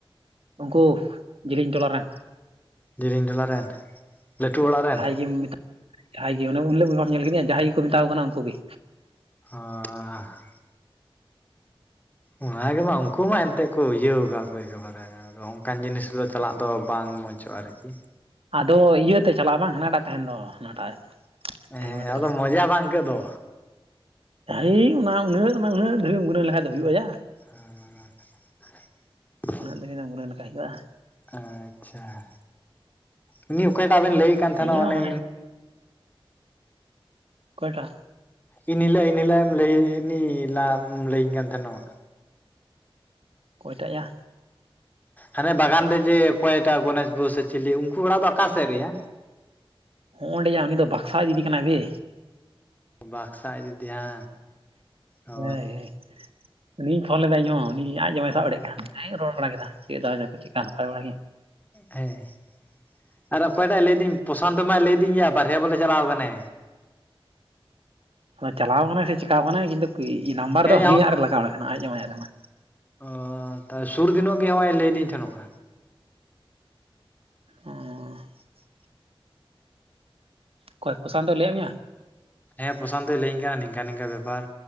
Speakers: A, on the right; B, on the left.
A: ᱩᱱᱠᱩ ᱡᱤᱞᱮᱧ ᱴᱚᱞᱟ ᱨᱮᱱ
B: ᱡᱤᱞᱤᱧ ᱴᱚᱞᱟ ᱨᱮᱱ ᱞᱟᱹᱴᱩ ᱚᱲᱟᱜ ᱨᱮᱱ
A: ᱡᱮᱢ ᱢᱮᱛᱟᱜ ᱡᱟᱦᱟᱸᱭ ᱜᱮ ᱚᱱᱮ ᱦᱤᱞᱳᱜ ᱵᱟᱢ ᱧᱮᱞ ᱠᱮᱫᱮᱭᱟ ᱡᱟᱦᱟᱸᱭ ᱜᱮᱠᱚ ᱢᱮᱛᱟᱣ ᱠᱚ ᱠᱟᱱᱟ ᱩᱱᱠᱩᱜ ᱜᱮ
B: <unintelligible> ᱚᱱᱟᱜᱮ ᱢᱟ ᱩᱱᱠᱩ ᱢᱟ ᱮᱱᱛᱮ ᱠᱚ ᱤᱭᱟᱹ ᱟᱠᱟᱫ ᱮᱠᱮ ᱵᱟᱨᱮ ᱟᱫᱚ ᱚᱱᱠᱟᱱ ᱡᱤᱱᱤᱥ ᱫᱚ ᱪᱟᱞᱟᱜ ᱫᱚ ᱵᱟᱝ ᱢᱚᱡᱚᱜᱼᱟ ᱟᱨᱠᱤ
A: ᱟᱫᱚ ᱤᱭᱟᱹᱛᱮ ᱪᱟᱞᱟᱜᱼᱟ ᱵᱟᱝ ᱦᱟᱱᱟᱴᱟᱜ ᱛᱟᱦᱮᱸᱱ ᱫᱚ ᱦᱟᱱᱟᱴᱟᱜ
B: ᱦᱮᱸ
A: ᱦᱮᱞᱢᱮᱴ
B: ᱟᱫᱚ
A: ᱛᱟᱱᱟᱜ
B: ᱢᱚᱡᱟ ᱵᱟᱝ ᱟᱹᱭᱠᱟᱹᱜ ᱫᱚ
A: ᱦᱮᱭ ᱚᱱᱟ ᱩᱱᱟᱹᱜ ᱚᱱᱟ ᱩᱱᱟᱹᱜ ᱫᱷᱟᱵᱤᱡ ᱮᱢ ᱜᱩᱱᱟᱹᱣ ᱞᱮᱠᱷᱟᱡ ᱫᱚ ᱦᱩᱭᱩᱜᱼᱟ ᱭᱟ
B: ᱦᱮᱸ <inaudible> <unintelligible>
A: ᱩᱱᱟᱹᱜ ᱟ <unintelligible> ᱞᱮᱠᱟ ᱦᱩᱭᱩᱜᱼᱟ
B: ᱟᱪᱪᱷᱟ ᱩᱱᱤ ᱚᱠᱚᱭᱴᱟᱜ ᱵᱮᱱ ᱞᱟᱹᱭᱮᱫ ᱠᱟᱱ ᱛᱟᱦᱮᱸᱱᱚᱜ
A: ᱤᱧᱦᱚᱸ
B: ᱚᱱᱮ
A: ᱢᱟᱱᱮ ᱚᱠᱚᱭ ᱴᱟᱜ
B: ᱮᱱᱦᱤᱞᱳᱜ ᱮᱱᱦᱤᱞᱳᱜ ᱮᱢ ᱞᱟᱹᱭᱱᱤ ᱞᱟ ᱮᱢ ᱞᱟᱹᱭᱟᱹᱧ ᱠᱟᱱ ᱛᱟᱦᱮᱚᱜ
A: ᱚᱠᱚᱭ ᱴᱟᱜ ᱭᱟ
B: ᱦᱟᱱᱮ ᱵᱟᱜᱟᱱ ᱨᱮ ᱡᱮ ᱚᱠᱚᱭᱴᱟᱜ ᱜᱚᱱᱮᱥ ᱵᱟᱦᱩ ᱥᱮ ᱪᱤᱞᱤ ᱩᱱᱠᱩ ᱚᱲᱟᱜ ᱫᱚ ᱚᱠᱟ ᱥᱮᱫ ᱨᱮᱭᱟ
A: ᱦᱚᱸᱜ ᱚᱸᱰᱮ ᱩᱱᱤ ᱫᱚ ᱵᱟᱠᱥᱟ ᱟᱡ ᱫᱤᱫᱤ ᱠᱟᱱᱟᱭ ᱵᱮ
B: ᱵᱟᱠᱥᱟ ᱫᱤᱫᱤ ᱭᱟ ᱚ
A: ᱦᱳᱭ ᱦᱳᱭ ᱩᱱᱤᱧ ᱯᱷᱳᱱ ᱞᱮᱫᱟ ᱤᱧᱦᱚᱸ ᱩᱱᱤ ᱟᱡ ᱡᱚᱢᱟᱭ ᱥᱟᱵ ᱮᱲᱮᱜ ᱠᱟᱱᱟ ᱟᱡ ᱤᱧ ᱨᱚᱲ ᱵᱟᱲᱟ ᱠᱮᱫᱟ ᱪᱮᱫ ᱫᱟ ᱠᱚ ᱪᱮᱫᱠᱟ ᱱᱟᱯᱟᱭ ᱵᱟᱲᱟ ᱜᱮᱭᱟ
B: ᱦᱮᱸ ᱟᱨ ᱚᱠᱚᱭᱴᱟᱜ ᱞᱟᱹᱭᱫᱤᱧ ᱯᱨᱚᱥᱟᱱᱛᱚ ᱢᱟᱭ ᱞᱟᱹᱭᱫᱤᱧ ᱜᱮᱭᱟ ᱵᱟᱨᱦᱮ ᱵᱚᱞᱮ ᱪᱟᱞᱟᱣ ᱠᱟᱱᱟ
A: ᱟᱫᱚ ᱪᱟᱞᱟᱣ ᱟᱠᱟᱱᱟᱭ ᱥᱮ ᱪᱮᱠᱟᱣ ᱟᱠᱟᱱᱟᱭ ᱠᱤᱱᱛᱩ ᱱᱟᱢᱵᱟᱨ
B: ᱦᱮᱸ
A: ᱫᱚ ᱦᱟᱹᱱᱤᱭᱟᱜ ᱨᱮ ᱞᱟᱜᱟᱣ ᱠᱟᱱᱟ ᱟᱡ ᱡᱟᱢᱟᱭᱟᱜ ᱨᱮᱢᱟ
B: ᱚ ᱟᱦ <unintelligible> ᱥᱩᱨ ᱫᱤᱱᱚᱜ ᱜᱮ ᱱᱚᱜ ᱚᱭ ᱞᱟᱹᱭᱫᱤᱧ ᱛᱟᱦᱮᱸᱱᱚᱜᱼᱟ
A: ᱦ <unintelligible> ᱚᱠᱚᱭ ᱯᱨᱚᱥᱚᱱᱛᱚᱭ ᱞᱟᱹᱭᱟᱫ ᱢᱮᱭᱟ
B: ᱦᱮᱸ ᱯᱨᱚᱥᱚᱱᱛᱚᱭ ᱞᱟᱹᱭᱟᱹᱧ ᱠᱟᱱᱟ ᱱᱤᱝᱠᱟᱹ ᱱᱤᱝᱠᱟᱹ ᱵᱮᱯᱟᱨ